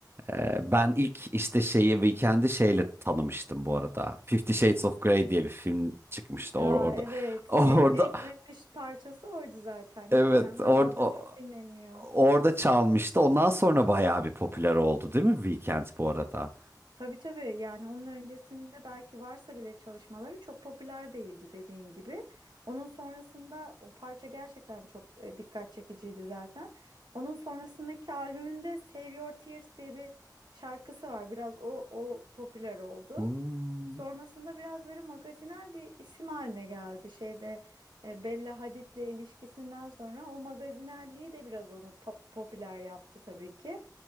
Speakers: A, on the right; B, on the right.
A: Ee, ben ilk işte şeyi Weekend'i şeyle tanımıştım bu arada. Fifty Shades of Grey diye bir film çıkmıştı
B: Aa,
A: or orada.
B: evet.
A: <laughs> Orada
B: E, en ünlü parçası oydu zaten
A: evet
B: değil mi? Hala
A: or o-
B: da çok dinleniyor.
A: orada çalmıştı. Ondan sonra bayağı bir popüler oldu değil mi Weekend bu arada?
B: Tabii tabii yani onun öncesinde belki varsa bile çalışmaları çok popüler değildi dediğin gibi. Onun sonrasında o parça gerçekten çok e, dikkat çekiciydi zaten. Onun sonrasındaki albümünde Save Your Tears diye bir şarkısı var. Biraz o o popüler oldu.
A: Hmm.
B: Sonrasında biraz böyle magazinel bir isim haline geldi. Şeyde e, Bella Hadid'le ilişkisinden sonra o magazinelliği de biraz onu pop- popüler yaptı tabii ki.